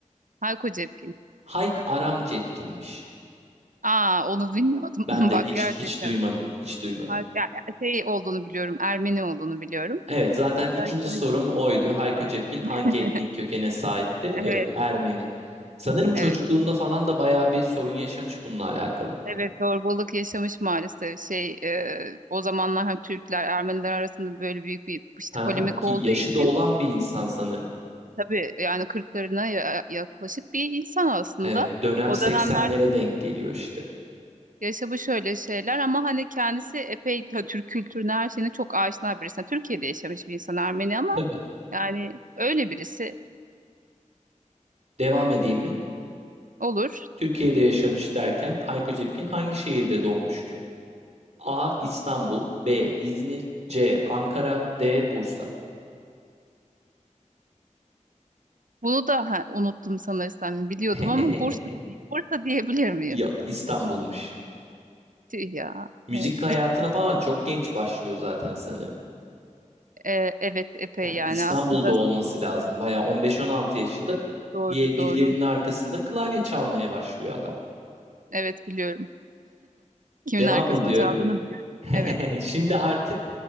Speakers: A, on the right (about 85°); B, on the right (about 60°).
A: Hayko Cepkin.
B: Hayk Aram Cepkin'miş.
A: Aa onu bilmiyordum.
B: Ben
A: <laughs> <clears throat>
B: de
A: Bak
B: hiç
A: gerçekten.
B: hiç duymadım. Hiç duymadım.
A: Ha- ya- ya- şey olduğunu biliyorum, Ermeni olduğunu biliyorum.
B: Evet zaten ikinci
A: Belki o
B: sorum
A: yüzden.
B: oydu. Hayko Cepkin hangi
A: <laughs>
B: etnik kökene sahiptir?
A: Evet,
B: Evet Ermeni. Sanırım çocukluğunda
A: evet.
B: falan da bayağı bir sorun yaşamış bununla alakalı.
A: Evet, zorbalık yaşamış maalesef. Şey, e, o zamanlar hem Türkler, Ermeniler arasında böyle büyük bir işte
B: Hı hı.
A: polemik
B: Ki
A: olduğu
B: yaşı
A: için
B: da olan bir insan sanırım.
A: tabii yani kırklarına ya- yaklaşık bir insan aslında.
B: Evet dönem
A: O
B: 80'lere
A: dönemlerde
B: denk geliyor işte.
A: yaşamış şöyle şeyler ama hani kendisi epey t- Türk kültürüne her şeyine çok aşina birisi. Yani Türkiye'de yaşamış bir insan Ermeni ama
B: Tabii.
A: yani öyle birisi
B: Devam edeyim mi?
A: olur.
B: Türkiye'de yaşamış derken Hayko Cepkin hangi şehirde doğmuştur? A. İstanbul B. İzmir C. Ankara D. Bursa
A: Bunu da ha, unuttum sanırsam biliyordum
B: <laughs>
A: ama Bursa Bursa diyebilir miyim?
B: Yok İstanbul'muş.
A: Tüh ya.
B: Müzik
A: Evet,
B: hayatına falan çok genç başlıyor zaten sanırım.
A: E, evet epey
B: Yani
A: yani
B: İstanbul'da
A: aslında
B: olması lazım. Bayağı 15-16 yaşında
A: doğru
B: bir, birilerinin
A: doğru.
B: arkasında klavye çalmaya başlıyor adam.
A: Evet biliyorum. Kimin
B: Devam
A: arkasında
B: ediyorum.
A: çaldığını biliyorum.
B: <laughs>
A: Evet.
B: Şimdi artık